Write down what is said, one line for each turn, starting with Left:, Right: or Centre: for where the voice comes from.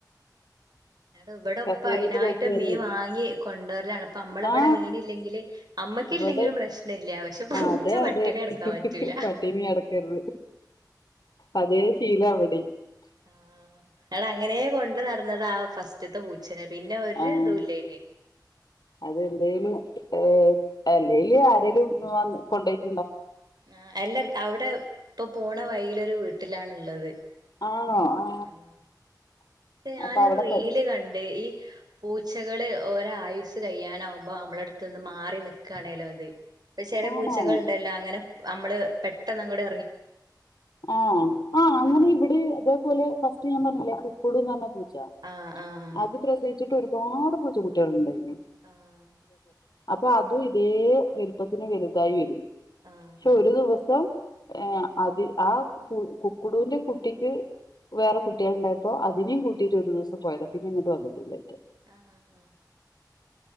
Right: ആടോ ഇവിടെ ഉപ്പ
Left: കസേരയില്
Right: അയിനായിട്ട്
Left: ബെഡില്
Right: മീൻ
Left: വന്നിരിക്കും
Right: വാങ്ങി കൊണ്ടുവരലാണ് അപ്പം അമ്മള് ഇവിടെ
Left: ആ
Right: മീന് ഇല്ലെങ്കില് അമ്മക്ക്
Left: ഇവിടെ
Right: ഇല്ലെങ്കിലും പ്രശ്ന ഇല്ല പക്ഷെ പൂച്ച
Left: ആ അതെ
Right: പട്ടിണി
Left: അതെ
Right: കിടക്കാൻ പറ്റൂല
Left: പട്ടിണി കെടക്കരുത് അതേ ശീല അവിടെയും - <unintelligible>
Right: ആഹ് <unintelligible> അവളെ അങ്ങനെ കൊണ്ട് നടന്നതാ ആ ഫസ്റ്റത്തെ പൂച്ചനെ പിന്നെ ഒരു
Left: ആഹ്
Right: ഇതുല്ലേനി
Left: അതെന്തേലും ഏഹ് അല്ലെല് ആരെലും വന്ന് കൊണ്ടെ- <inaudible>
Right: ആഹ് അല്ല അവിടെ ഇപ്പൊ പോണ വൈയിലൊരു വീട്ടിലാണുള്ളത്-
Left: ആണോ ആ
Right: ആഹ് പക്ഷെ ഞാനൊരു
Left: അപ്പൊ അവിടെ
Right: റീല്
Left: പ
Right: കണ്ട് ഈ പൂച്ചകളെ ഓരോ ആയുസ് കഴിയാനാകുമ്പോ നമ്മളെടു തുന്ന് മാറി നിക്കുവാണേലോ അത് ഇപ്പൊ ചെല
Left: ആണോ
Right: പൂച്ചകൾ ഉണ്ടല്ലോ അങ്ങനെ അമ്മള് പെട്ടെന്ന് ന്നങ്ങട്
Left: ആഹ് ആ അങ്ങനെ ഇവിടെ അതേപോലെ ഫസ് റ്റ് ഞാൻ പറഞ്ഞില്ലേ കുക്കുടു ന്ന് പറഞ്ഞ പൂ ച്ച
Right: ആഹ് ആഹ്
Left: അത് പ്രസവി <unintelligible> ഒരുപാട് പൂച്ചുട്ടികളുണ്ടായി
Right: ആഹ്
Left: അപ്പൊ അതും ഇതേ വലുപ്പത്തിന് വലുതായി വരും
Right: ആഹ്
Left: പക്ഷെ ഒരു ദിവസം ഏഹ് അതി ആ കുക്കടുവിന്റെ കുട്ടിക്ക് വേറെ കുട്ടികളുണ്ടായപ്പോ അതിനേ കൂട്ടിട്ട് ഒരു ദിവസം പോയത പിന്നെ ഇങ്ങോട്ട് വന്നിട്ടില്ല അയ്റ്റ
Right: ആഹ്